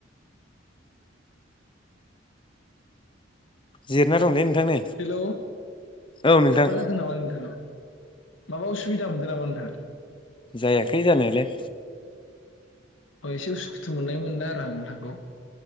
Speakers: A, on the left; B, on the left.
A: जिरायना दंलै नोंथां नै
B: हेलौ
A: औ नोंथां
B: माबा जादों नामा नोंथाङा माबा उसुबिदा मोनदों नामा नोंथां
A: जायाखै जानायालाय
B: अ एसे उसुखुथु मोननाय मोनदोंन आरो आं नोंथांखौ